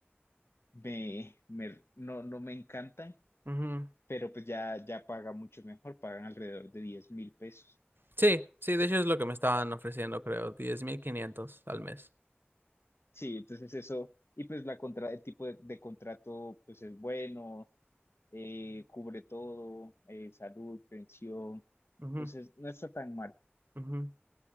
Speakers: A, on the left; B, on the right.
A: me, me- no, no me encantan,
B: ujú, ujú.
A: pero pues ya, ya paga mucho mejor, pagan alrededor de diez mil pesos.
B: Sí, sí, de hecho es lo que me estaban ofreciendo, creo, diez mil quinientos al mes.
A: Sí, entonces eso, y pues la contra, el tipo de, de contrato pues es bueno, eh, cubre todo, eh, salud, pensión,
B: Ujú,
A: entonces no está tan mal.
B: ujú.